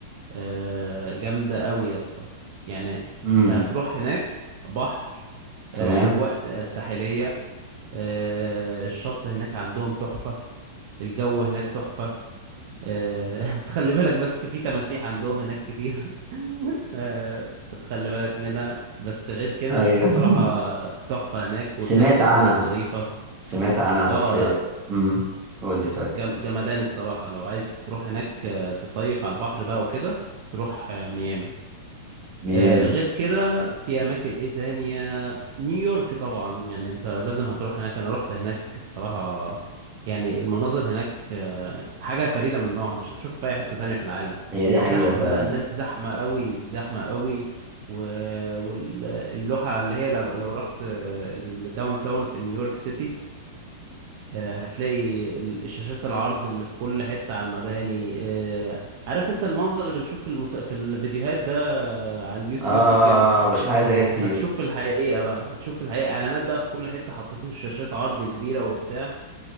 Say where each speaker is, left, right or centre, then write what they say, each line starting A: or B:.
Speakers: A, on the right; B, on the right.
A: آه، جامده قوي يا اسطى يعني
B: امم
A: انت هتروح هناك بحر آه،
B: تمام
A: اجواء آه، ساحليه آه، الشط هناك عندهم تحفه الجو هناك تحفه آه، <laughs> تخلي بالك بس في تماسيح عندهم هناك كتير <laughs> آه، تخلي بالك منها بس غير كده
B: ايوه
A: الصراحة
B: <laughs>
A: تحفة هناك والناس
B: سمعت عنها
A: آه، ظريفة
B: سمعت عنها بس
A: اه لا
B: امم قول لي طيب
A: جم- جمدان الصراحة لو عايز تروح هناك آه، تصيف على البحر بقى وكده تروح آه، ميامي
B: ميامي
A: آه، غير كده في اماكن ايه تانية نيويورك طبعا يعني انت لازم هتروح هناك انا رحت هناك الصراحة يعني المناظر هناك آه، حاجة فريدة من نوعها مش هتشوفها في اي حتة تانية في العالم
B: هي
A: الزحمة
B: دي حقيقه فعلا
A: بقى الناس زحمة قوي زحمة قوي واللوحة اللي هي لو, لو رحت الداون تاون في نيويورك سيتي آه، هتلاقي ال- شاشات العرض اللي في كل حتة على المباني آه، عارف انت المنظر اللي بنشوف في المس... في الفيديوهات ده آه، على اليوتيوب
B: اه
A: وكده
B: بشوف حاجات زي كده كتير
A: هتشوف في الحقيقة بقى هتشوف في الحقيقة اعلانات بقى في كل حتة حاطين شاشات عرض كبيرة وبتاع